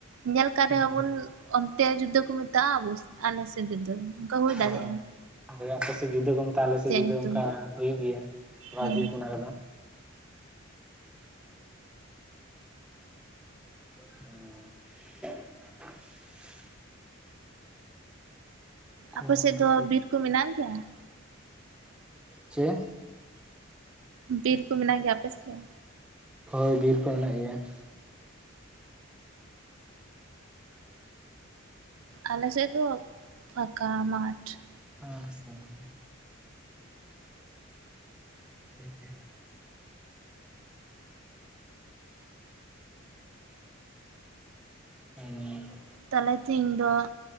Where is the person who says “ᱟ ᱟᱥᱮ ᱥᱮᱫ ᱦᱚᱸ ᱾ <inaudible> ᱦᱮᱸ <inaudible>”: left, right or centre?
Centre